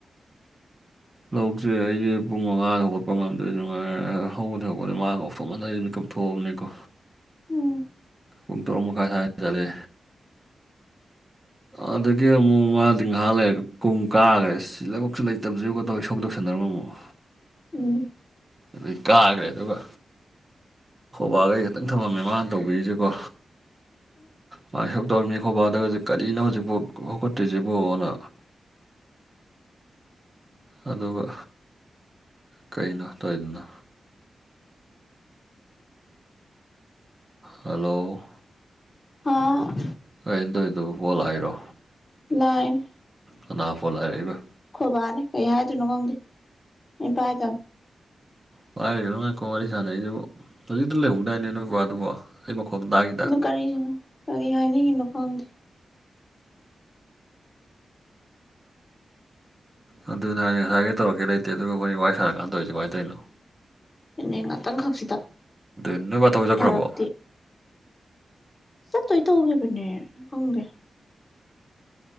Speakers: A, on the right; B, on the left.
A: ꯂꯧꯁꯦ ꯑꯩꯁꯦ ꯄꯨꯡ ꯃꯪꯉꯥꯗ ꯍꯧꯒꯠꯄ ꯉꯝꯗ꯭ꯔꯦ ꯅꯨꯡ ꯉꯥꯏꯔ ꯍꯧꯒꯠꯇꯤ ꯍꯧꯒꯠꯂꯦ ꯃꯥꯅ ꯀꯧꯊꯣꯛꯃꯟꯗꯅ ꯑꯩꯁꯦ ꯃꯤꯠ ꯀꯞꯊꯣꯛ ꯊꯣꯛꯑꯕꯅꯤꯀꯣ
B: ꯎꯝ
A: ꯄꯨꯡ ꯇꯔꯨꯛ ꯃꯈꯥꯏꯁꯥꯏ ꯆꯠꯂꯦ ꯑꯗꯒꯤ ꯑꯃꯨꯛ ꯃꯥꯗꯤ ꯉꯍꯥꯛ ꯂꯩꯔꯒ ꯀꯨꯝ ꯀꯥꯈ꯭ꯔꯦ ꯁꯤ ꯂꯧꯕꯨꯛꯁꯨ ꯂꯩꯇꯕꯖꯤꯕꯨꯒ ꯇꯧꯔ ꯏꯁꯧ ꯇꯧ <unintelligible>
B: ꯎꯝ
A: ꯑꯗꯩ ꯀꯥꯈ꯭ꯔꯦ ꯑꯗꯨꯒ ꯋꯥꯈ ꯑꯇꯪ ꯊꯝꯃꯝꯃꯦ ꯃꯥꯅ ꯇꯧꯕꯤꯔꯤꯁꯦꯀꯣ ꯃꯥ ꯏꯁꯧ ꯇꯧꯔꯝꯃꯤ ꯑꯈꯣꯏꯕꯥꯗꯒꯖꯦ ꯀꯔꯤꯅꯣ ꯍꯧꯖꯤꯛꯐꯥꯎ ꯍꯧꯀꯠꯇ꯭ꯔꯤꯁꯤꯕꯣꯅ ꯑꯗꯨꯒ ꯀꯩꯅꯣ ꯇꯧꯏꯗꯨꯅ ꯍꯜꯂꯣ
B: ꯍ
A: ꯀꯩꯅꯣ ꯇꯧꯗꯨꯕꯨ ꯀꯣꯜ ꯂꯥꯛꯏꯔꯣ
B: ꯂꯥꯛꯏꯅꯦ
A: ꯀꯅꯥ ꯐꯣꯟ ꯂꯥꯛꯏꯕ
B: ꯈꯣꯕꯥꯅꯤ ꯀꯩ ꯍꯥꯏꯗꯣꯏꯅꯣ ꯈꯪꯗꯦ ꯏ ꯄꯥꯏꯗ
A: ꯄꯗꯅꯣ ꯅꯀꯣ ꯋꯥꯔꯤ ꯁꯥꯟꯅꯔꯤꯁꯤ ꯍꯧꯖꯤꯛꯇ ꯂꯩꯍꯧꯗꯥꯏꯅꯦ ꯅꯣꯏ ꯕꯕꯥ ꯑꯗꯨꯕꯣ ꯑꯩ ꯃꯈꯀꯣꯟꯝꯗ
B: ꯀꯔꯤ ꯀꯔꯤ ꯍꯥꯏꯅꯤ ꯍꯅ ꯐꯗꯤ
A: ꯑꯗꯨ ꯅ ꯉꯁꯥꯏꯒꯤ ꯇꯧꯔꯛꯀꯦ ꯂꯩꯇꯦ ꯑꯗꯨꯒ ꯑꯩꯈꯣꯏ ꯋꯥꯔꯤ ꯁꯥꯟꯅꯀꯥꯟꯗ ꯇꯧꯔꯤꯁꯦ ꯀꯃꯥꯏꯅꯗꯣꯏꯅꯣ
B: ꯑꯅꯦ ꯉꯥꯛꯇꯪꯈꯛꯁꯤꯗ
A: ꯅꯣꯏ ꯕꯥ ꯊꯕꯛ ꯆꯠꯈ꯭ꯔꯕꯣ
B: ꯐꯔꯛꯇꯦ ꯆꯠꯇꯣꯏ ꯇꯧꯈꯤꯕꯅꯦ ꯈꯪꯗꯦ